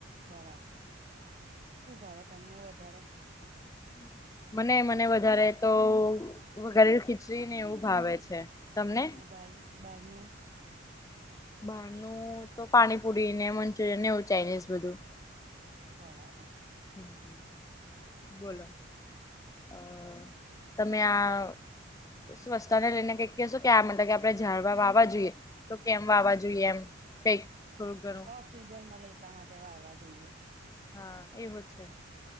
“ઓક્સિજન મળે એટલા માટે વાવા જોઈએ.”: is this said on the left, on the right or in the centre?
Right